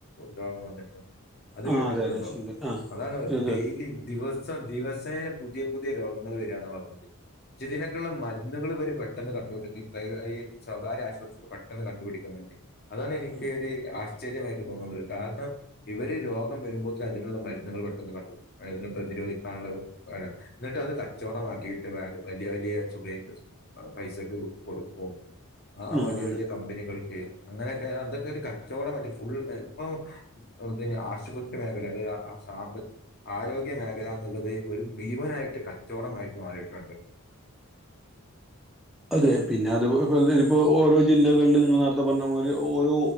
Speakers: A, on the left; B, in the centre.
A: രോഗം വന്നിട്ടുണ്ട് അത്
B: ആ
A: കേട്ടിട്ടുണ്ടോ
B: അതെ അതെ ശരികൾ ആ
A: അതാണ്
B: ശരികൾ
A: ഡെയ്ലി ദിവസം ദിവസേന പുതിയ പുതിയ രോഗങ്ങൾ വെര്യാന്നാ പർഞ്ഞത് ജ്ജിതിനൊക്കെള്ള മരുന്നുകള് ഇവര് പെട്ടെന്ന് കണ്ടു പിടിക്കും പ്രൈ ഈ സ്വകാര്യ ആശുപത്രി പെട്ടെന്ന് കണ്ടുപിടിക്കുന്നുണ്ട് അതാണ് ഇൻക്കൊര്
B: ആ
A: ആശ്ചര്യമായിട്ട് തോന്നുന്നത് കാരണം ഇവര് രോഗം വെരുമ്പോത്ത്ന് അതിനുള്ള മരുന്നുകള് പെട്ടെന്ന് കണ്ടു അത്നെ പ്രതിരോധിക്കാനുള്ളത് <unintelligible> ന്ന്ട്ടത് കച്ചോടമാക്കിട്ട് വാ വലിയ വലിയ തുകയൊക്കെ ചോ ആ പൈസക്കെ കൊടുക്കും ആ
B: ഉം,
A: വലിയ
B: ആണ്
A: വലിയ കമ്പനികൾക്ക് അങ്ങനൊക്കെ അതൊക്കെ ഒരു കച്ചവടായിട്ട് ഫുൾ ഇപ്പം ഔ എന്തെന് ആശുപത്രി മേഖല അതായ സാമ്പ ആരോഗ്യ മേഖലന്ന്ള്ളത് ഒരു ഭീമനായിട്ട് കച്ചോടമായിട്ട് മാറിയിട്ടുണ്ട്
B: അതെ പിന്നെ അത് ഇ ഇപ്പോ ഓരോ ജില്ലകൾലും നിങ്ങൾ നേര്ത്തെ പർഞ്ഞ പോലെ ഓരോ